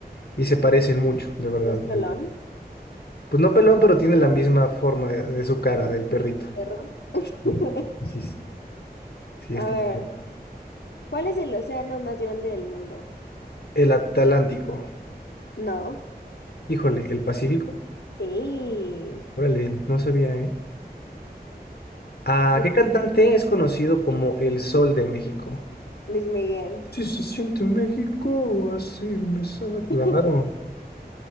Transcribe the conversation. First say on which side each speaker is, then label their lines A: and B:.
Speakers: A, on the left; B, on the left.
A: y se parecen mucho, de verdad.
B: ¿Y es pelón?
A: Pues no pelón, pero tiene la misma forma de, de su cara, del perrito.
B: ¿El perro? <laughs>
A: Sí, sí, sí. Sí,
B: A
A: está.
B: ver,
A: bien.
B: ¿cuál es el océano más grande del mundo?
A: El Atlántico.
B: No.
A: Híjole, ¿el Pacífico?
B: Sí.
A: Órale, no sabía, ¿eh? Ah,
B: Sí,
A: ¿qué cantante es conocido como el Sol de México?
B: Luis Miguel.
A: Si se siente México, así me sale. Claro.
B: <laughs>